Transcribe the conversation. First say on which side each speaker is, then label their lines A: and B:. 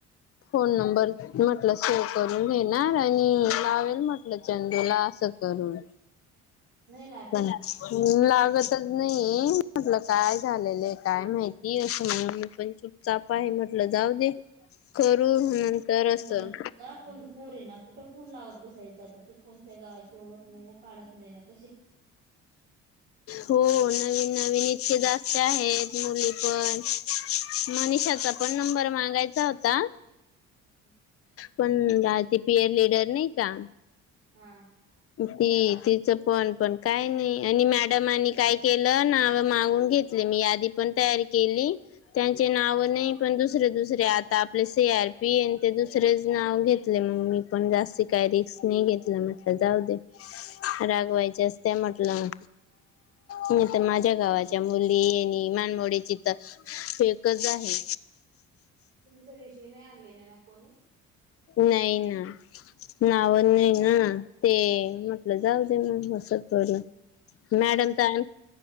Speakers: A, on the left; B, on the right.
A: <inaudible> फोन नंबर म्हटल सेव्ह करून घेणार आणि लावेल म्हटलं चंदूला. अस करून.
B: नाही लागत
A: बोला. लागतच. नाही म्हटलं काय झालेलं आहे. काय माहिती असं म्हणून मी पण चुपचाप आहे. म्हटलं जाऊ दे. करू
B: त्या
A: नंतर
B: पोरींचा नंबर
A: असं
B: घेतला. पण पोरींना कुठं फोन लावत बसायच आता ते कोणत्या गावाची. ओळख नाही. ना पाडक नाही. ना क
A: हो नवीन नवीन इतके जा. आहेत. मुली पण मनिषाचा पण नंबर मागायचा होता.
B: <unintelligible>
A: पण डाल ती पीयर लिडर नाही का?
B: हा आ.
A: ते तिच पण पण काय नाही. आणि मॅडमानी काय केल नाव मागून. घेतले. मी आधी पण तयारी केली, त्याचे नाव नाही पण दुसरे दुसरे आता आपले सेफ. ते आर पी येन ते दुसरेच नाव घेतले. मग मी पण जास्तीत काही रिक्स नाही घेतली. मग जाऊ दे रागवायचे असते. म्हटलं <unintelligible> मी तर माझ्या गावाच्या मुली येणी मानमोडची तर <unintelligible> एकच आहे.
B: तुम्हीच्या दिवशी नाही, आणलेले ना कोणी
A: नाही ना नाव नाही. ना ते मग म्हटलं जाऊ
B: पण
A: दे मग अस
B: ते बोलले
A: करून
B: की
A: मॅडम
B: अर्जंट
A: काय